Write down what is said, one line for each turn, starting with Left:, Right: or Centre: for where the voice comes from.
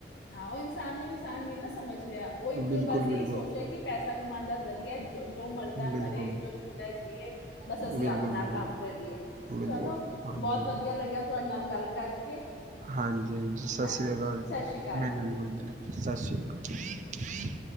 Left: ਹਹ ਉਹ ਇਨਸਾਨ ਨੂੰ ਇਨਸਾਨ ਨ ਨਾ ਸਮਝ ਰਿਹਾ ਉਹ ਇੱਕ
Right: ਬਿਲਕੁਲ
Left: ਬਸ
Right: ਬਿਲਕੁਲ
Left: ਇਹੀ ਸੋਚ ਰਿਹਾ ਕਿ ਪੈਸਾ ਕਮਾਉਣ ਦਾ ਜ਼ਰੀਆ। ਜੋ ਮਰਦਾ ਮਰੇ
Right: ਬਿਲਕੁਲ
Left: ਜੋ ਜੀਂਦਾ ਜੀਏ।
Right: ਬਿਲਕੁਲ
Left: ਬਸ ਅਸੀਂ ਆਪਣਾ
Right: ਬਿਲਕੁਲ
Left: ਕੰਮ ਕਰੀਏ
Right: ਬਿਲਕੁਲ
Left: ਚਲੋ
Right: ਹਾਂਜੀ
Left: ਬਹੁਤ ਵਧੀਆ ਲੱਗਿਆ ਤੁੂੰ ਤੁਹਾਡੇ ਨਾਲ ਗੱਲ ਕਰਕੇ
Right: ਹਾਂਜੀ ਹਾਂ ਸਤਿ
Left: ਹਾਂ
Right: ਸ੍ਰੀ ਅਕਾਲ
Left: ਸਤਿ
Right: ਜੀ
Left: ਸ਼੍ਰੀ ਅਕਾਲ
Right: ਮੈਨੂੰ
Left: ਜੀ
Right: ਵੀ ਬੋਲ ਲ ਸਤਿ ਸ਼੍ਰੀ ਅਕਾਲ। ਕੀ?